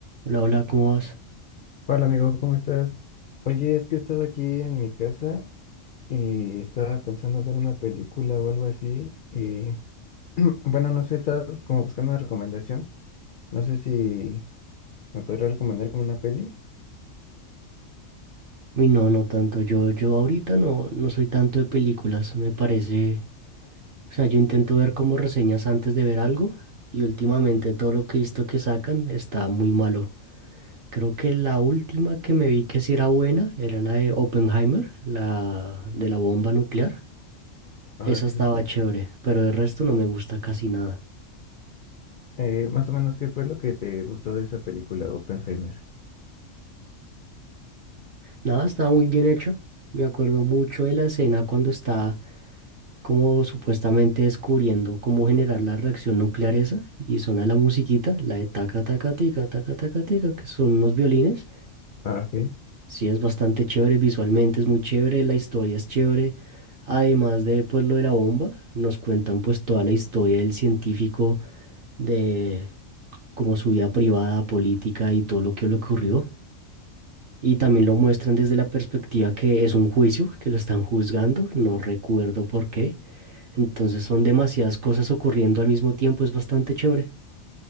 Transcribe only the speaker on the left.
Hola amigo, ¿cómo estás? Oye, es que estaba aquí en mi casa y estaba pensando ver una película o algo así y <clears throat> bueno, no sé, estaba como buscando una recomendación. No sé si me podrías recomendar como una peli.
Ah,
sí.
Eh, más o menos, ¿qué fue lo que te gustó de esa película, Oppenheimer?
Ah, ok.